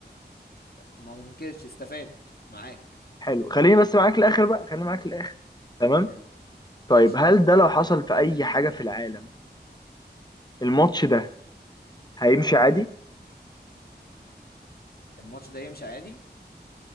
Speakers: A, on the left; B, on the left.
A: ما انكرش استفاد معاك
B: حلو خليني بس معاك الاخر بقى خليني معاك الاخر تمام
A: حلو
B: طيب
A: ماشي
B: هل ده لو حصل في اي حاجة في العالم الماتش ده هيمشي عادي
A: الماتش ده هيمشي عادي